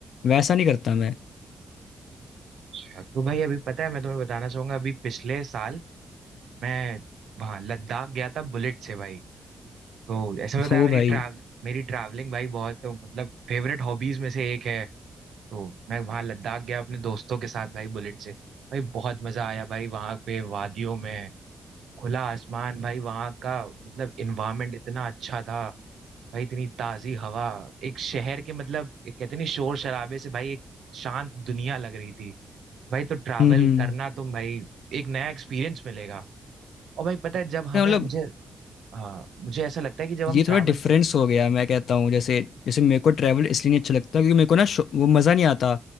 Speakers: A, on the left (about 75°); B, on the right (about 70°).
A: वैसा नहीं करता मैं
B: अच्छा, तो भाई अभी पता है मैं तुम्हें बताना चाहूंगा अभी पिछले साल मैं वहाँ लद्दाख गया था बुलेट से भाई तो ऐसे
A: <laughs>
B: में बताया
A: ओ
B: मेरी
A: भाई
B: ट्रैवल मेरी ट्रैवलिंग भाई बहुत मतलब फेवरेट हॉबीज में से एक है तो मैं वहाँ लद्दाख गया अपने दोस्तों के साथ भाई बुलेट से भाई बहुत मजा आया भाई वहाँ पे वादियों में खुला आसमान भाई वहाँ का मतलब इन्वायरमेंट इतना अच्छा था भाई इतनी ताजी हवा एक शहर के मतलब एक कहते नहीं शोर शराबे से भाई एक शांत दुनिया लग रही थी भाई तो ट्रैवल
A: हम्म हम्म
B: करना तुम भाई एक नया एक्सपीरियंस मिलेगा और भाई पता है जब हमें
A: मतलब
B: मुझे हाँ मुझे ऐसा लगता है कि जब हम
A: ये
B: ट्रैवल
A: थोड़ा डिफरेंस हो गया मैं कहता हूँ जैसे जैसे मेरे को ट्रैवल इसलिए नहीं अच्छा लगता क्योंकि मेरे को ना शो- वो मज़ा नहीं आता